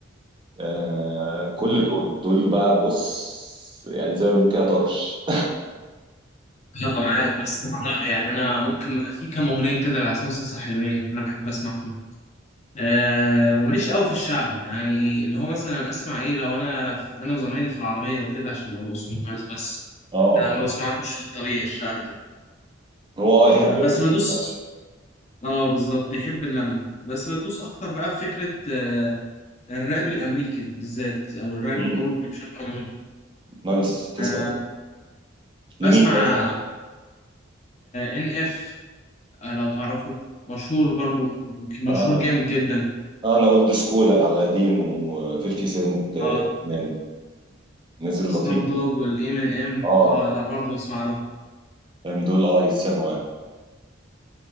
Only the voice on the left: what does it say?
مم.
يلا معاك بس أنا لا يعني انا ممكن في كام اغنيه كده لعصام صاصا حلوين انا بحب اسمعهم آه وماليش قوي في الشعبي يعني اللي هو مثلا اسمع ايه لو انا في انا وزمايلي في العربيه وكده عشان ما بوصلهمش بس
انا ما بسمعلوش في الطبيعي الشعبي ده
آه بس
بدوس اه بالظبط بيحب اللمه بس بدوس اكتر بقى في فكره آه الراب الامريكي بالذات او الراب
الاوروبي بشكل عام
آه
بسمع
ان اف لو تعرفه مشهور برضو مشهور
جامد جدا
اه
سناب دوج والام ان ام
اه لا برضه بسمع له